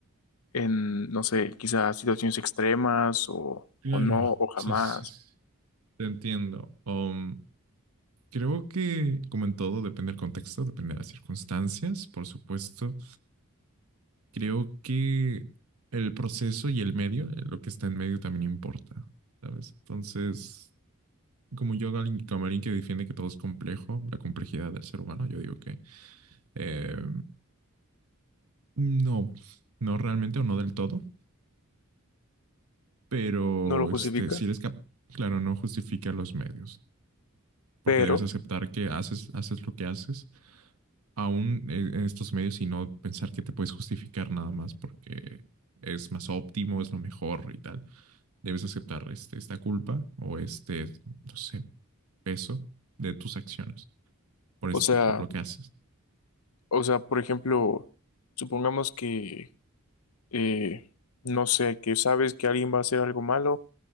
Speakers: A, on the left; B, on the right.
A: en, no sé, quizás situaciones extremas o,
B: Claro,
A: o no, o jamás?
B: sí, sí, sí. Te entiendo. Um, creo que, como en todo, depende del contexto, depende de las circunstancias, por supuesto. Creo que el proceso y el medio, eh, lo que está en medio también importa, ¿sabes? Entonces, como yo, alguien- como alguien que defiende que todo es complejo, la complejidad del ser humano, yo digo que eh, no, no realmente o no del todo. pero
A: No lo justifica,
B: este, si eres capaz, claro, no justifica los medios, porque
A: pero,
B: debes aceptar que haces, haces lo que haces, aún en estos medios, y no pensar que te puedes justificar nada más porque es más óptimo, es lo mejor y tal. Debes aceptar este, esta culpa o este, no sé, peso de tus acciones por, este,
A: o sea,
B: por lo que haces.
A: o sea, por ejemplo, supongamos que, eh, no sé, que sabes que alguien va a hacer algo malo,